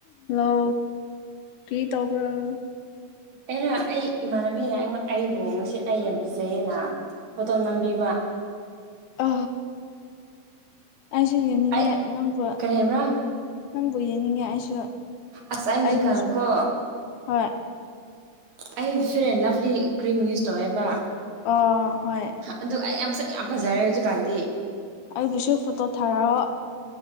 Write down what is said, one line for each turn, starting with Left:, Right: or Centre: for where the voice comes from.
Left: hello ꯀ꯭ꯔꯤ ꯇꯧꯕꯔꯣ
Right: ꯑꯩꯅ ꯑꯩ ꯏꯃꯥꯟꯅꯕꯤꯅ ꯑꯩꯕꯨ ꯉꯁꯤ ꯑꯩ ꯌꯥꯝ ꯐꯖꯩꯑꯦꯅ ꯐꯣꯇꯣ ꯅꯝꯕꯤꯕ
Left: ꯑ ꯑꯩꯁꯨ ꯌꯦꯡꯅꯤꯡꯉꯦ
Right: ꯑꯩ
Left: ꯅꯪꯕꯨ
Right: ꯀꯔꯤ ꯍꯥꯏꯕ꯭ꯔꯥ
Left: ꯅꯪꯕꯨ ꯌꯦꯡꯅꯡꯉꯦ ꯑꯩꯁꯨ
Right: ꯑꯁ ꯑꯩ ꯍꯧꯖꯤꯛꯀꯥꯟ
Left: ꯑꯩꯕꯨꯁꯨ
Right: ꯀꯣ
Left: ꯍꯣꯏ
Right: ꯑꯩ ꯐꯌꯔ ꯂꯚꯂꯤ ꯀ꯭ꯔꯤꯝ ꯌꯨꯁ ꯇꯧꯋꯦꯕ
Left: ꯑꯣ ꯍꯣꯏ
Right: ꯑꯗꯨ ꯑꯩ ꯌꯥꯝ ꯃꯁꯛ ꯌꯥꯝ ꯐꯖꯔꯦ ꯍꯧꯖꯤꯛꯀꯥꯟꯗꯤ
Left: ꯑꯩꯕꯨꯁꯨ ꯐꯣꯇꯣ ꯊꯥꯔꯛꯑꯣ